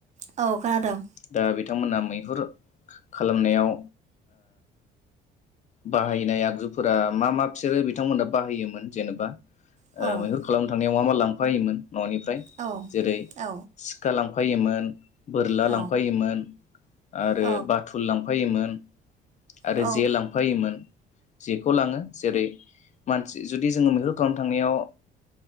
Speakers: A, on the right; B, on the left.
A: औ खोनादों
B: बि बिथांमोना मैहुर खालामनायाव बाहायनाय ओ आगजु फोर मा मा बिसोरो बिथांमोना बाहायोमोन जेनेबा ओ
A: औ
B: मैहुर खालामनो थांनायाव मा मा लांफायोमोन। न'निफ्राय
A: औ
B: जेरै
A: औ
B: सिखा लां फायोमोन। बोरला
A: औ
B: लांफायोमोन आरो
A: औ
B: बाथुल लांफा फायोमोन। आरो
A: औ
B: जे लांफायोमोन। बेखौ लाङो जेरै मानसि जुदि जोङो मैहुर खालामनो थांनायाव ओ